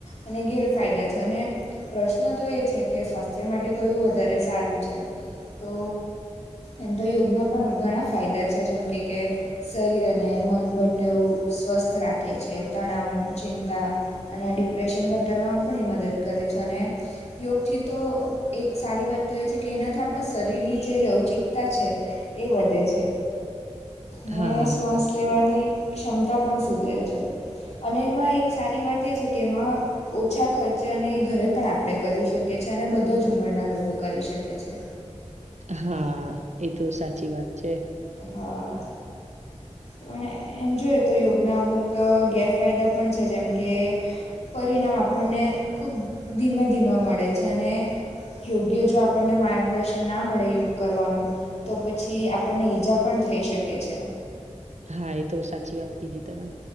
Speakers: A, on the left; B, on the right.
A: અને ગેરફાયદા છે, અને પ્રશ્ન તો એ છે કે સ્વાસ્થ્ય માટે કયું વધારે સારું છે. તો એમ તો યોગના પણ ઘણા ફાયદા છે, જેમ કે-કે શરીર અને મન બંનેવ સ્વસ્થ રાખે છે, તણાવ, ચિંતા અને ડિપ્રેશન ઘટાડવામાં પણ એ મદદ કરે છે, અને યોગથી તો એક સારી વાત તો એ છે કે એનાથી આપણા શરીરની જે લવચિકતા છે એ વધે છે. ને
B: હા
A: શ્વાસ
B: સાચી
A: લેવાની
B: વાત
A: ક્ષમતા પણ સુધરે છે, અને એમાં એક સારી વાત એ છે કે એમાં ઓછા ખર્ચે, અને ઈ ઘરે પણ આપણે કરી શકે છે, અને બધા જ ઉંમરના લોકો કરી શકે છે.
B: હા, એ તો સાચી વાત છે.
A: હા. પણ એમ જોઈએ તો યોગના અમુક ગેરફાયદા પણ છે, જેમ કે પરિણામ આપણને ખૂબ ધીમે ધીમે મળે છે અને યોગ્ય જો આપણને માર્ગદર્શન ના મળે યોગ કરવાનું, તો પછી આપ આપણને ઈજા પણ થઈ શકે છે.
B: હા, એ તો સાચી વાત કીધી તમે.